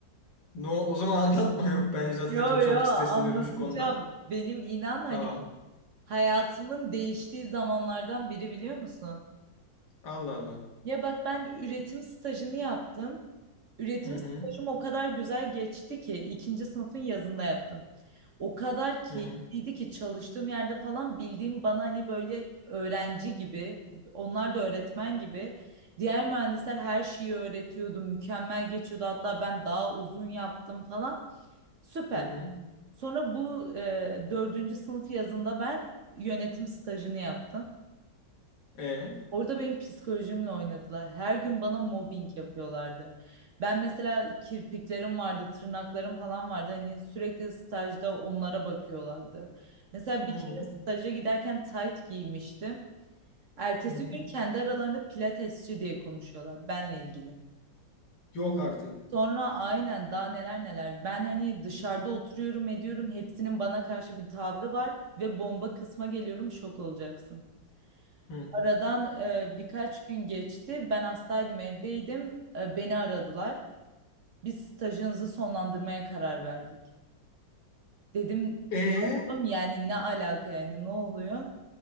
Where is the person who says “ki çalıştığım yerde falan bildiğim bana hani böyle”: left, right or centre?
Right